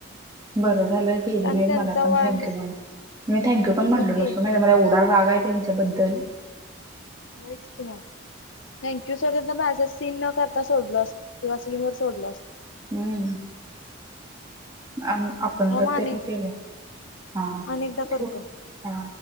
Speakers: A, on the right (about 15°); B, on the left (about 65°).
A: बर झालं गेली
B: आणि
A: म
B: त्यांचा
A: मला पण
B: वाढ
A: थँक्यू मी थँक्यू पण म्हणलो
B: बघ की
A: नसतो मला रागा आहे त्यांच्याबद्दल
B: होयच किंवा थँक्यू सर त्यांचा मॅसेज सीन न करता सोडलस किंवा स्क्रीन वर सोडलस.
A: हम्म आम. आपण
B: थांब
A: तर
B: आणि
A: ते केलं हा
B: अनेकदा करतो.
A: ठ हा.